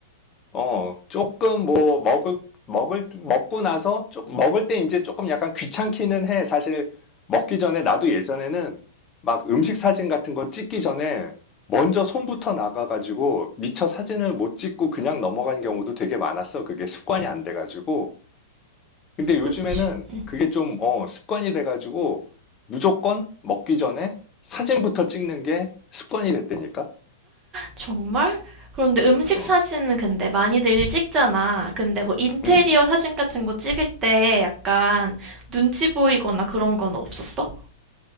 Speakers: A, on the left; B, on the right.
A: 어, 조금 뭐 먹을 먹을 먹고 나서 조, 먹을 때 이제 조금 약간 귀찮기는 해. 사실 먹기 전에 나도 예전에는 막 음식 사진 같은 거 찍기 전에 먼저 손부터 나가가지고 미처 사진을 못 찍고 그냥 넘어간 경우도 되게 많았어. 그게 습관이 안 돼가지고. 근데 요즘에는
B: 그치? 응.
A: 그게 좀 어, 습관이 돼가지고 무조건 먹기 전에 사진부터 찍는 게 습관이 됐다니까.
B: 정말? 그런데 음식
A: 어,
B: 사진은 근데 많이들 찍잖아. 근데 뭐 인테리어
A: 음.
B: 사진 같은 거 찍을 때 약간 눈치 보이거나 그런 건 없었어?